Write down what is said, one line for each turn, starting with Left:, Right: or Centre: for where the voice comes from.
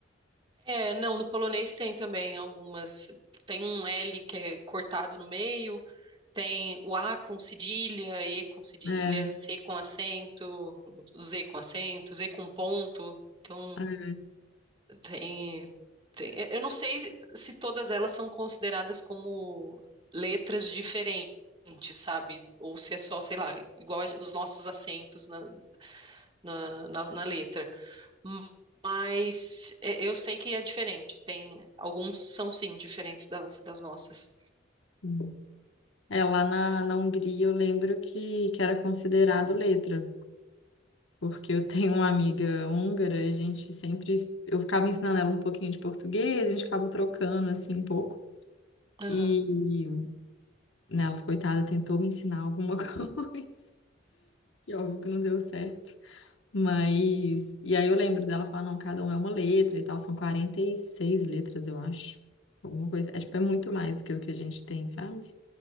Right: É, não, no polonês tem também algumas. Tem um L que é cortado no meio, tem o A com cedilha, E com cedilha,
Left: É,
Right: C com acento, Z com acento, Z com ponto. Então,
Left: é.
Right: tem, tem- Eu não sei se todas elas são consideradas como letras diferentes, sabe? Ou se é só, sei lá, igual a- os nossos acentos na, na, na na letra. Hum, Mas é, eu sei que é diferente. Tem alguns são sim diferentes das, das nossas.
Left: Uhum. É, lá na, na Hungria eu lembro que, que era considerado letra, porque eu tenho uma amiga húngara, e a gente sempre, eu ficava ensinando ela um pouquinho de português, a gente ficava trocando assim um pouco,
Right: Aham.
Left: e né, ela, coitada, tentou me ensinar alguma <laughs> coisa, e óbvio que não deu certo, mas, e aí eu lembro dela falar, não, cada um é uma letra e tal, são 46 letras, eu acho, alguma coisa, é tipo, é muito mais do que o que a gente tem, sabe?